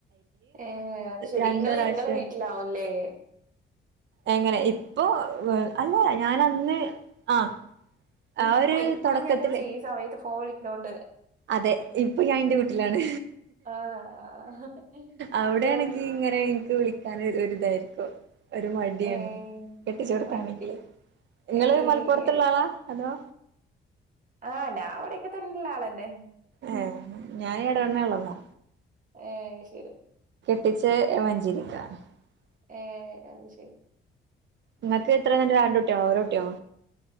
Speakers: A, on the right; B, on the right.
A: ഏ അത് ശെരി
B: രണ്ട്
A: നിങ്ങള്
B: പ്രാവശ്യം
A: നിങ്ങളെ വീട്ടിലാവൂല്ലേ
B: എങ്ങനെ ഇപ്പൊ അല്ല ഞാൻ അന്ന് ആ
A: ഇപ്പൊ
B: ആ ഒരു
A: ഇപ്പളാ
B: തൊടക്കത്തില്
A: ഞാൻ ചോദിച്ചെ ഈ സമയത്ത് ഫോൺ വിളിക്കുന്നോണ്ട്
B: അതെ ഇപ്പൊ ഞാൻ എന്റെ വീട്ടിലാണ്
A: ആഹ്
B: അവിടെയാണെങ്കി
A: തോന്നി
B: ഇങ്ങ നെ എനിക്ക് വിളിക്കാൻ ഒരുരിതാരുന്നു ഒരു മടിയാണ്
A: ഏഹ്
B: കെട്ടിച്ചെടുത്താണെങ്കില്
A: മടി
B: നിങ്ങള്
A: ഏഹ്
B: മലപ്പുറത്തുള്ള ആളാ ഹലോ
A: ആ ഞാൻ ഇവിടൊക്കെ തന്നൊള്ള ആളന്നെ
B: ഏഹ് ഞാൻ എവിടെ തന്നെ ഉള്ളതാ
A: ഏ അത് ശരി
B: <unintelligible>
A: ഏ അത് ശരി
B: നിങ്ങക്ക് എത്ര കുട്ടിയാ രണ്ട് കുട്ടിയോ ഒരു കുട്ടിയോ